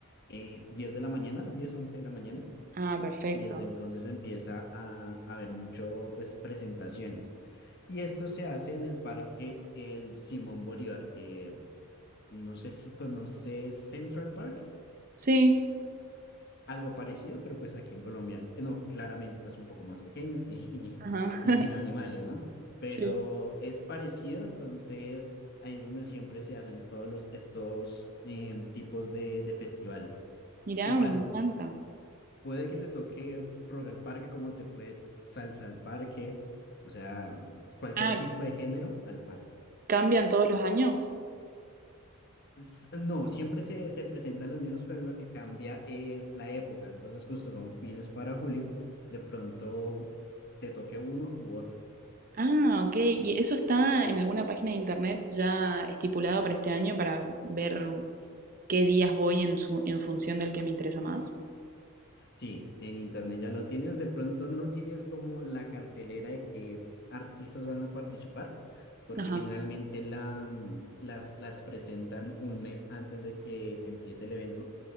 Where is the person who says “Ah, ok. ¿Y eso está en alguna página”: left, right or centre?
Right